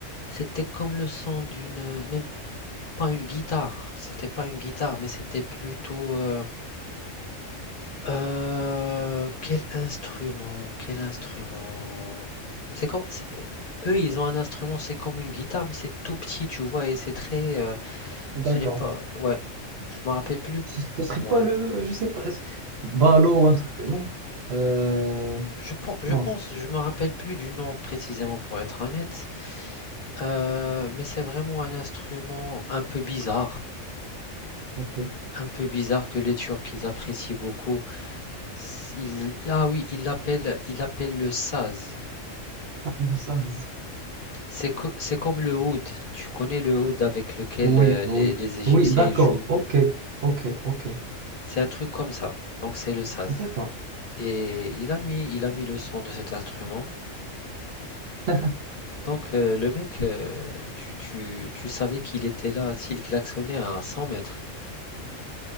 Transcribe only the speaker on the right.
D'accord.
Ce ce serait
pas le, je sais pas, est-ce- Balo ou un truc, non? Euh,
non.
c'est-
Ok.
Ah, je sais.
Oui,
oui.
Oui, d'accord.
Ok, ok, ok.
D'accord.
<laughs>